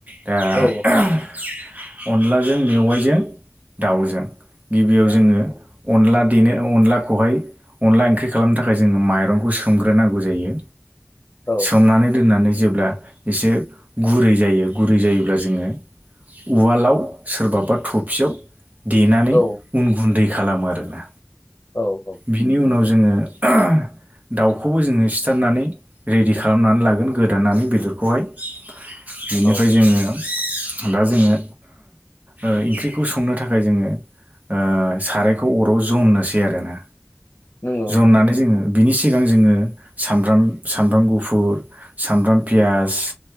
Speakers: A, on the right (about 35°); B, on the left (about 45°).
A: दा
B: औ
A: ओह अनलाजों मेवाइजों दाउजों गिबियाव जोंङो अनला देनो अनलाखौहाय अनला ओंख्रि खालामनो थाखाय जोंङो माइरंखौ सोमग्रोनांगौ जायो।
B: औ
A: सोमनानै दोननानै जेब्ला एसे गुरै जायो गुरै जायोब्ला जोंङो उवालाव सोरबाबा थफियाव देनानै
B: औ
A: उन गुन्दै खालामो आरोना।
B: औ औ
A: बिनि उनाव जोंङो ओह दाउखौबो जोंङो सिथारनानै रेडि खालामनानै लागोन गोदानानै बेदरखौहाय बेनिफ्राय
B: औ
A: जोंङो दा जोंङो ओह इख्रिखौ संनो थाखाय जोंङो ओ सारायखौ अराव जमनोसै आरोना।
B: नंगौ नोंथां
A: जननानै जोंङो बिनि सिगां जोंङो सामब्राम सामब्राम गुफुर सामब्राम पियास